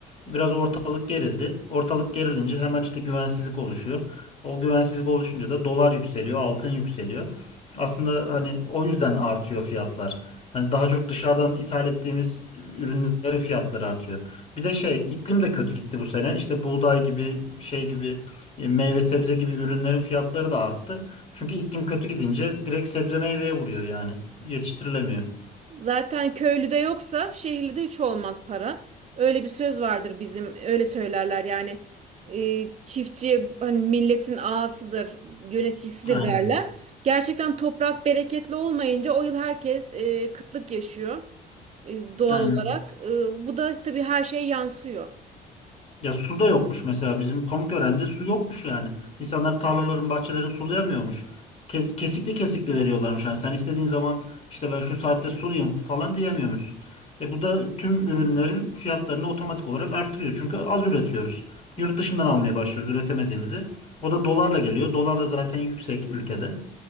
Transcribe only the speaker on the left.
biraz ortalık gerildi. Ortalık gerilince hemen işte güvensizlik oluşuyor. O güvensizlik oluşunca da dolar yükseliyor, altın yükseliyor. Aslında hani o yüzden artıyor fiyatlar. Hani daha çok dışarıdan ithal ettiğimiz ürünlerin fiyatları artıyor. Bir de şey iklim de kötü gitti bu sene. İşte buğday gibi şey gibi e, meyve sebze gibi ürünlerin fiyatları da arttı. Çünkü iklim kötü gidince direkt sebze meyveye vuruyor yani. Yetiştirilemiyor.
Aynen.
Aynen.
Ya su da yokmuş mesela bizim Pamukören'de su yokmuş yani. İnsanlar tarlaların, bahçelerin sulayamıyormuş. Kes- kesikli kesikli veriyorlarmış yani. Sen istediğin zaman işte ben şu saatte sulayayım falan diyemiyormuşsun. E bu da tüm ürünlerin fiyatlarını otomatik olarak artırıyor. Çünkü az üretiyoruz. Yurt dışından almaya başlıyoruz üretemediğimizi. O da dolarla geliyor. Dolar da zaten yüksek ülkede.